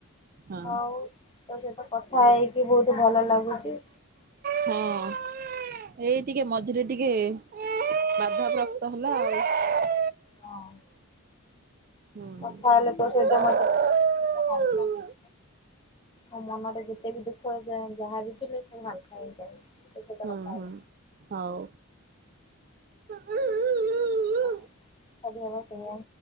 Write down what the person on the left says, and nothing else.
ହୋଉ ତୋ ସହିତ କଥା ହେଇକି ବୋହୁତ ଭଲ ଲାଗୁଚି।
ହଁ
କଥା ହେଲେ
ତୋ ସହିତ <unintelligible> ମୋ ମନରେ ଯେତେ ବି ଦୁଃଖ ଯା ଯାହାବି ଥିଲେ ସବୁ ହାଲକା ହେଇଯାଏ। ତୋ ସହିତ
କଥା ହେଲେ
ଅବା ସେଇୟା